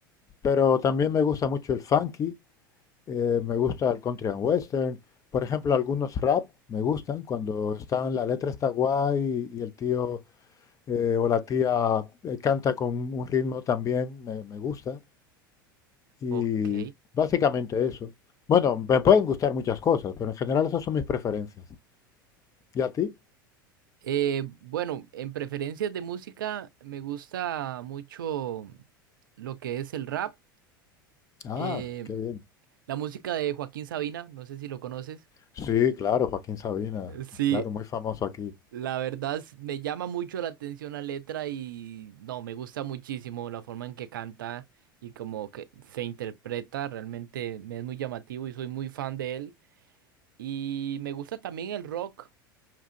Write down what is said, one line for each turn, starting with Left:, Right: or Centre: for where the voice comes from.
Left: Pero también me gusta mucho el funky, eh, me gusta el country and western. Por ejemplo, algunos rap me gustan cuando están, la letra está guay y, y el tío eh, o la tía eh, canta con un ritmo también, me, me gusta. Y
Right: Ok.
Left: básicamente eso. Bueno, me pueden gustar muchas cosas, pero en general esas son mis preferencias. ¿Y a ti?
Right: Eh, bueno, en preferencias de música me gusta mucho lo que es el rap,
Left: Ah,
Right: eh,
Left: qué bien.
Right: la música de Joaquín Sabina, no sé si lo conoces.
Left: Sí, claro, Joaquín Sabina,
Right: Sí,
Left: claro, muy famoso aquí.
Right: La verdad s- me llama mucho la atención la letra y no, me gusta muchísimo la forma en que canta y como que se interpreta, realmente me es muy llamativo y soy muy fan de él. Y me gusta también el rock